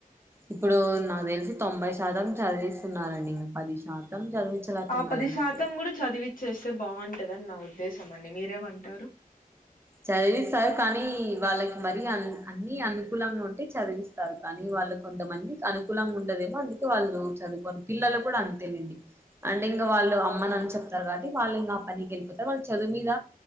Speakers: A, on the right (about 15°); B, on the left (about 65°).
A: ఇప్పుడు నాక్ తెల్సి తొంభై శాతం చదివిస్తున్నారండి ఇం పది శాతం చదివించలేకున్నారు
B: ఆ పది
A: అంతే
B: శాతం గుడ చదివి చేస్తే బాగుంటదన్ నా ఉద్దేశం అండి మీరేమంటారు?
A: చదివిస్తారు కానీ వాళ్ళక్ మరి అం అన్ని అనుకూలంగుంటే చదివిస్తారు కానీ వా వాళ్ళ కొంతమందిక్ అనుకూలంగా ఉండదేమో అందుకే వాళ్ళు చదువుకోన్ పిల్లలక్ కూడా అంతేలెండి అంటే ఇంట్లో వాళ్ళు అమ్మనన్ చెప్తరు కాబటి వాళ్ళు నా పనికి ఎళ్ళిపోతే వాళ్ళు చదు మీద